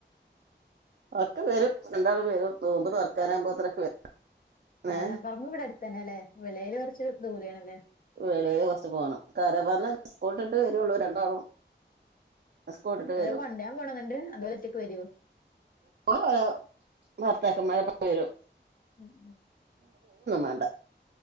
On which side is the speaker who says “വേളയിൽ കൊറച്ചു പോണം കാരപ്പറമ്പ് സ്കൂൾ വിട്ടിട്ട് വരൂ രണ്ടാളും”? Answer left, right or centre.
Right